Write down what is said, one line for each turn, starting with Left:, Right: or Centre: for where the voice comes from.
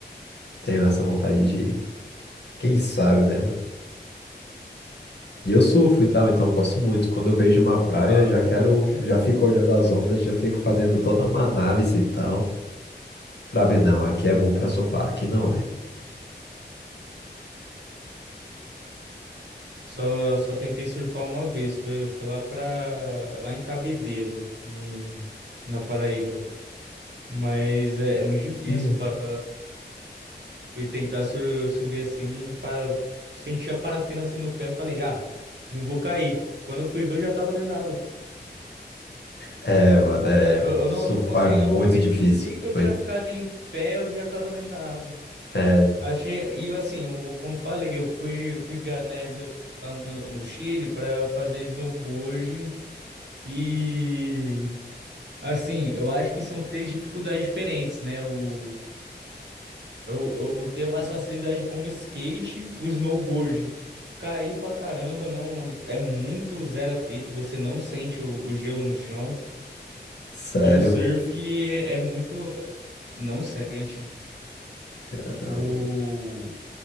Left: tenho essa vontade de ir. Quem sabe, né, mano? E eu surfo e tal, então eu gosto muito. Quando eu vejo uma praia,
Right: Ah,
Left: já
Right: um
Left: quero,
Right: dia.
Left: já fico olhando as ondas, já fico fazendo toda uma análise e tal, pra ver, não, aqui é bom pra surfar, aqui não é.
Right: Só, só tentei surfar uma vez. Foi, foi lá pra, lá em Cabedelo, em, na Paraíba. Mas é, é muito difícil
Left: Sério?
Right: para fui tentar su- subir assim, para sentir a parafina assim no pé, falei, ah, não vou cair. Quando eu fui ver, eu já tava dentro da água.
Left: É, mano, é,
Right: Eu, eu
Left: surfar
Right: não, não consegui,
Left: é muito
Right: eu pensei
Left: difícil.
Right: que eu
Left: mano.
Right: tinha ficado em pé, eu já tava dentro da água.
Left: É,
Right: Achei, e eu, assim, eu, como falei, eu fui, eu fui ver a neve lá no, no Chile para fazer snowboard e Assim, eu acho que são três dificuldades diferentes, né? O, Eu, eu tenho mais facilidade com o skate, o snowboard. Cair pra caramba, não é muito zero atrito, você não sente o, o gelo no chão.
Left: sério,
Right: E o surf é, é muito. Não sente.
Left: caramba.
Right: O.